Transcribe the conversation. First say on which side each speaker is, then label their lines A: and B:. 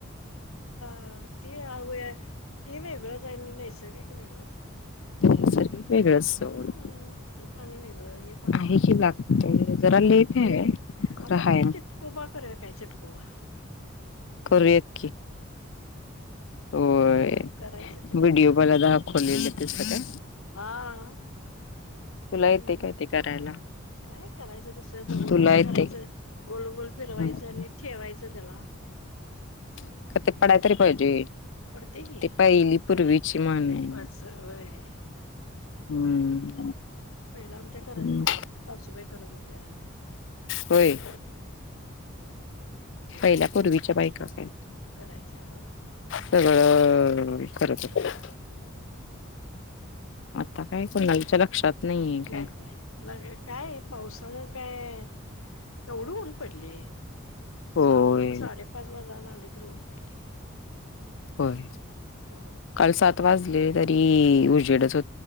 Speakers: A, on the left (about 85°); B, on the left (about 60°).
A: हा ते अवया ते वेगळंच आणि नैसर्गिक वेगळंच
B: नैसर्गिक वेगळंच सोड
A: हम्म ते पाणी वेगळं हे पाणी
B: आहे
A: वेगळं
B: की लागतंय जरा लेट
A: आता ते
B: आहे खरं
A: आपण
B: हाय
A: ते चटकोबा करायला पाहिजे चटकोबा
B: करूयात की. होय
A: हम् करायचं चिटकोबा
B: व्हिडिओ मला दाखवलेला त्याचा काय?
A: हा.
B: तुला
A: हम्म
B: येते काय ते करायला?
A: काय करायचं तसं बघून
B: तुला
A: असं
B: येते
A: करायचं गोल गोल फिरवायचं
B: का
A: आणि ठेवायचं त्याला
B: काय ते पडाय तरी पाहिजे
A: पडते की
B: ते पहिली क्षिमा नाही
A: वाच वय
B: हम्म.
A: पहिला आमच्या करत
B: हम्म
A: होत्या सासूबाई करत होत्या.
B: होय.
A: हम्म.
B: पहिल्या पूर्वीच्या बायका होत्या.
A: करायच्याव
B: सगळं करतात
A: हम्म.
B: आता काय सोनालीच्या लक्षात? नाहीये
A: लाइट
B: काय
A: नाही ह्याला काय काय पावसामुळे काय कवडून पडले
B: होय
A: सा साडेपाच वाजायला आले तर ऊन पडले.
B: होय
A: मग
B: काल सात वाजले तरी उजेडच हो